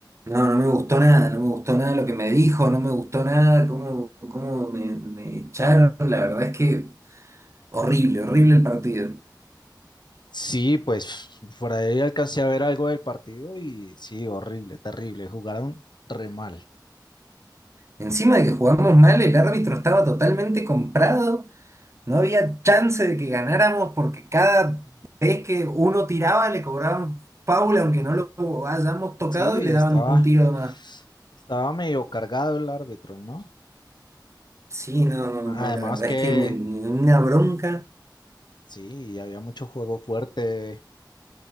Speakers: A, on the right; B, on the left.
A: No, no me gustó nada, no me gustó nada lo que me dijo, no me gustó nada cómo, cómo me, me echaron. La verdad es que horrible, horrible el partido.
B: Sí, pues por ahí alcancé a ver algo del partido y sí, horrible, terrible. Jugaron re mal.
A: Encima de que jugamos mal, el árbitro estaba totalmente comprado, no había chance de que ganáramos porque cada vez que uno tiraba le cobraban foul aunque no lo hayamos tocado
B: Sí,
A: y le daban
B: estaba,
A: un tiro de más.
B: estaba medio cargado el árbitro, ¿no?
A: Sí, no, no,
B: Además
A: no, la verdad
B: que
A: es que me, me dio una bronca.
B: sí, había mucho juego fuerte,